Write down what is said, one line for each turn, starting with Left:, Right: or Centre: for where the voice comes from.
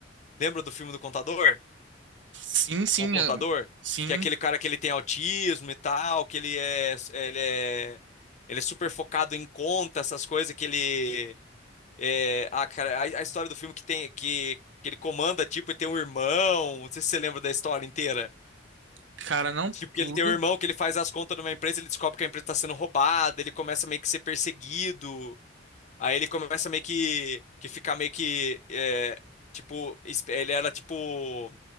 Left: Lembra do filme do Contador?
Right: Sim, sim,
Left: O Contador?
Right: eu- sim,
Left: Que é aquele cara que ele tem autismo e tal, que ele é. Ele é, ele é super focado em conta, essas coisas que ele. É, ah, cara, a, a história do filme que tem. Que, que ele comanda, tipo, e tem um irmão. Não sei se você lembra da história inteira.
Right: cara, não
Left: Tipo,
Right: tudo.
Left: que ele tem um irmão que ele faz as contas numa empresa, ele descobre que a empresa está sendo roubada, ele começa meio que ser perseguido, aí ele começa meio que, que ficar meio que, é, tipo, esp- ele era tipo,